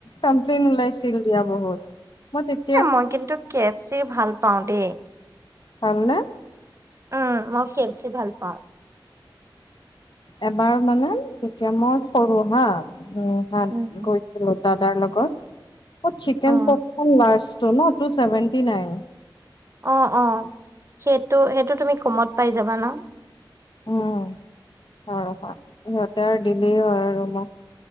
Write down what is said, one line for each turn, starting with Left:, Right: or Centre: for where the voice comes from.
Left: কমপ্লেইন উলাইছিল দিয়া বহুত মই তেতি-
Right: এ মই কিন্তু কে এফ চিৰ ভাল পাওঁ দেই।
Left: ভাল নে?
Right: আ আ মই কে এফ চি ভাল পাওঁ।
Left: এবাৰ মানে তেতিয়া মই সৰু হা, হাত
Right: উম।
Left: গৈ - গৈছিলোঁ দাদাৰ লগত। অ চিকেন
Right: অ',
Left: পপকন লাৰ্জটো ন, টুছেভেন্টী নাইন।
Right: অ অ, সেইটো সেইটো তুমি কমত পাই যাবা ন।
Left: উম উম, চাও ৰবা। সিহঁতে আৰু দিলেই হয় আৰু মোক।